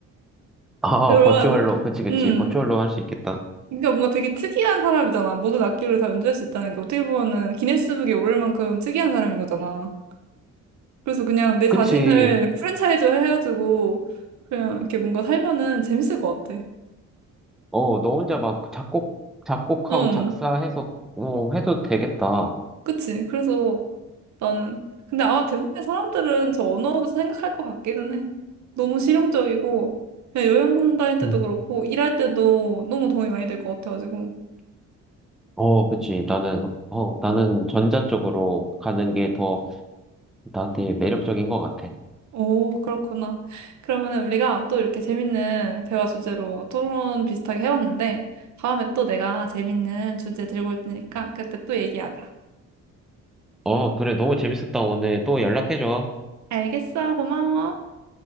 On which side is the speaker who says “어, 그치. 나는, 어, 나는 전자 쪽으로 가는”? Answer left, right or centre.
Centre